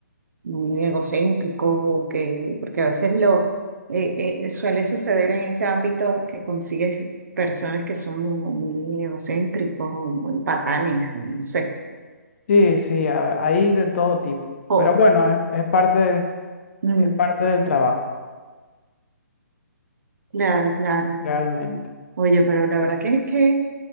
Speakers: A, on the right; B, on the left.
A: muy egocéntrico, que, porque a veces lo eh, eh, suele suceder en ese ámbito que consigues personas que son muy egocéntricos o muy patanes, o no sé.
B: Sí, sí, a- hay de todo tipo.
A: O,
B: Pero bueno, es, es parte de-
A: mm,
B: es parte del trabajo,
A: claro, claro.
B: realmente.
A: Oye, pero la verdad que, que